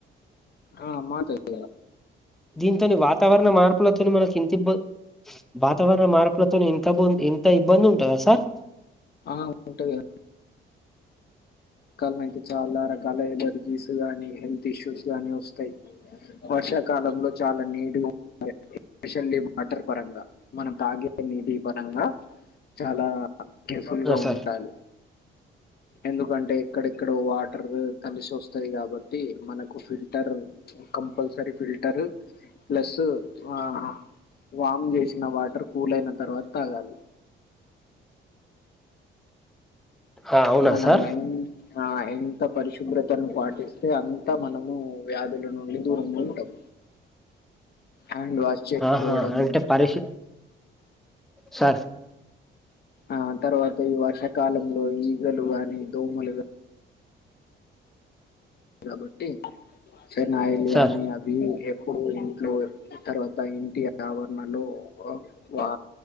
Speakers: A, on the left (about 55°); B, in the centre.
A: అ మా దగ్గర
B: దీంతోని వాతావరణ మార్పులతో మనకిింతిబ్బం వాతవరణ మార్పులతోన్ ఇంతబోన్ ఇంత ఇబ్బంది ఉంటదా సార్
A: ఆ ఉంటది కాలనికి చాలా రకాల ఎలర్జీస్ గానీ హెల్త్ ఇష్యూస్ గానీ వస్తాయి వర్ష వర్షాకాలంలో చాలా నీటిగ్ స్పెషల్లీ వాటర్ పరంగా మనం తాగే నీటి పరంగా చాలా కేర్ఫుల్ గా
B: ఆ సార్
A: ఉండాలి ఎందుకంటే ఇక్కడెక్కడో వాటర్ కలిసోస్తది కాబట్టి మనకు ఫిల్టర్ ఒక కంపల్సరి ఫిల్టర్ ప్లస్ ఆ వామ్ చేసిన వాటర్ కూల్ అయిన తర్వాత తాగాలి
B: ఆ అవునా
A: మనం
B: సార్
A: ఎంత్ అ ఎంత పరిశుభ్రతను పాటిస్తే అంత మనం ము వ్యాధుల నుడి దూరంలో ఉంటం హ్యాండ్ వాష్ చేసుకోవడము
B: ఆహా అంటే పరిష సార్
A: ఆ తర్వాత ఈ వర్షాకాలంలో ఈగలు గాని దోమలుగా కాబట్టి ఫన్యిల్ణ
B: సార్
A: <unintelligible> అభ <unintelligible> ఇంట్లో తర్వాత ఇంటి ఆవరణలో వా.